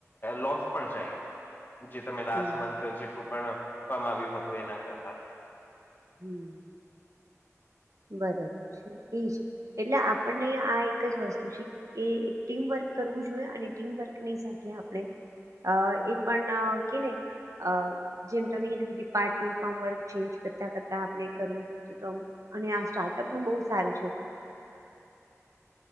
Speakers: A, on the left; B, on the right.
A: લોસ પણ જાય. જે તમે લાસ્ટ
B: હમ, હમ,
A: મંથ જેટલું પણ કમાવ્યું હતું એના કરતા.
B: હમ્મ. બરોબર છે ઈજ, એટલે આપણને આ એક જ વસ્તુ છે એ એક ટીમવર્ક કરવું જોઈએ અને ટીમવર્કની સાથે આપણે અ એ પણ કેને અ. જેમ તમને કીધું કે ડિપાર્ટમેન્ટ ફોમ વર્ક ચેન્જ કરતા કરતા આપણે કરવું જોઈએ તો. અને આ સ્ટાર્ટઅપ નું બહુ સારું છે.